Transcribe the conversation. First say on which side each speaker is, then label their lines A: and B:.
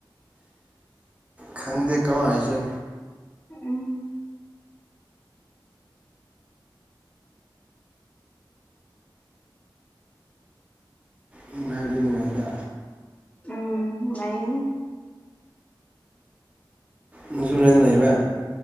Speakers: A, on the right; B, on the left.
A: ꯈꯪꯗꯦ ꯀꯃꯥꯏ ꯍꯥꯏꯁꯦ
B: ꯎꯝ
A: ꯅꯨꯡꯉꯥꯏꯕꯗꯤ ꯅꯨꯡꯉꯥꯏꯗ
B: ꯎꯝ ꯅꯨꯡꯉꯥꯏꯑꯦ
A: ꯅꯪꯖꯨ ꯔꯦꯟ ꯂꯩꯕ꯭ꯔꯥ